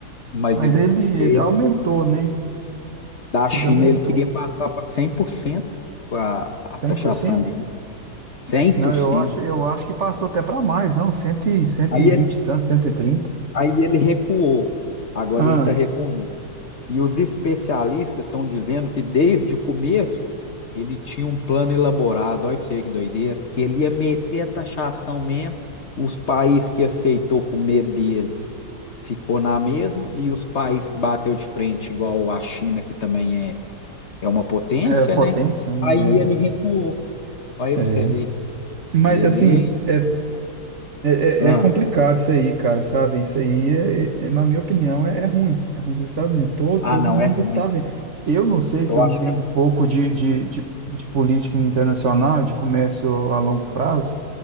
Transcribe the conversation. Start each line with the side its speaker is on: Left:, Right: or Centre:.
Left: Mas
Right: Mas
Left: ele,
Right: ele
Left: ele-
Right: aumentou, né?
Left: da China
Right: Ele aumentou
Left: ele queria passar para 100% a, a
Right: cem
Left: taxação
Right: por cento
Left: dele. cem por
Right: Não, eu
Left: cento
Right: acho, eu acho que passou até para mais, não, cem, cento e- 120
Left: Aí ele,
Right: e tanto, 130.
Left: aí ele recuou. Agora
Right: Ah,
Left: ele está recuando. E os especialistas estão dizendo que desde o começo ele tinha um plano elaborado, olha pra você ver que doideira, que ele ia meter a taxação mesmo, os países que aceitou com medo dele ficou na mesma, e os países que bateu de frente, igual a China, que também é, é uma potência,
Right: é potência,
Left: né? Aí
Right: é,
Left: ele recuou, olha
Right: é.
Left: pra você ver,
Right: Mas
Left: ele...
Right: assim, é, É,
Left: Ah,
Right: é- é complicado isso aí, cara, sabe? Isso aí, é, é- é, na minha opinião, é, é ruim. É ruim para os Estados Unidos. Todo,
Left: ah,
Right: todo
Left: não,
Right: mundo
Left: é ruim,
Right: tá vendo. Eu não sei que
Left: eu
Right: eu
Left: acho
Right: entendo
Left: que...
Right: pouco de, de, de, de política internacional, de comércio a longo prazo,